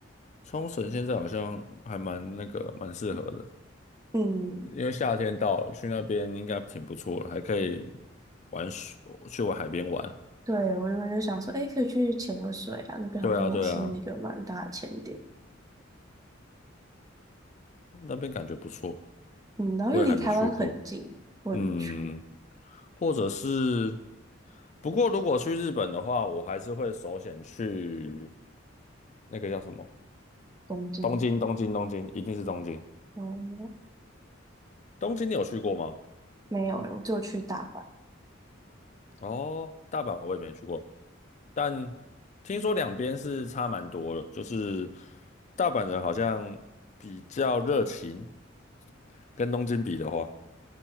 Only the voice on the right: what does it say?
嗯。
对，我原本就想说，哎，可以去潜个水啊，那边好像也是一个蛮大的潜点，
嗯，然后又离台湾很近，
我也没去，
东京。
哦、
没有欸，我就去大阪，